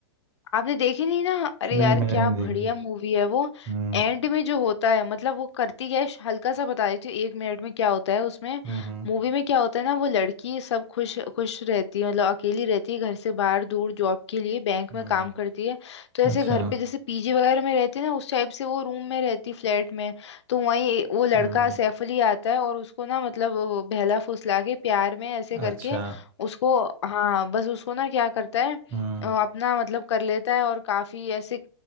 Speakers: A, on the left (about 75°); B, on the right (about 15°).
A: आपने देखी नहीं ना अरे
B: नहीं
A: यार
B: मैंने
A: क्या
B: नहीं देखी
A: बढ़िया मूवी है वो
B: हम्म
A: एंड में जो होता है मतलब वो करती क्या है श- हल्का सा बता देती हूँ एक मिनट में क्या होता है उसमें
B: हम्म हम्म
A: मूवी में क्या होता है ना वो लड़की सब खुश खुश रहती है मतलब अकेली रहती है घर से बाहर दूर जॉब के लिए बैंक
B: हम्म,
A: में काम करती है तो ऐसे
B: अच्छा
A: घर पे जैसे पीजी वगैरह में रहती है ना उस टाइप से वो रूम में रहती फ्लैट में तो वहीं वो लड़का
B: हम्म
A: सैफ अली आता है और उसको ना मतलब वो बहला फुसला के प्यार में ऐसे करके
B: अच्छा
A: उसको हाँ बस उसको ना क्या करता है
B: हम्म
A: अ, अपना मतलब कर लेता है और काफी ऐसे अ,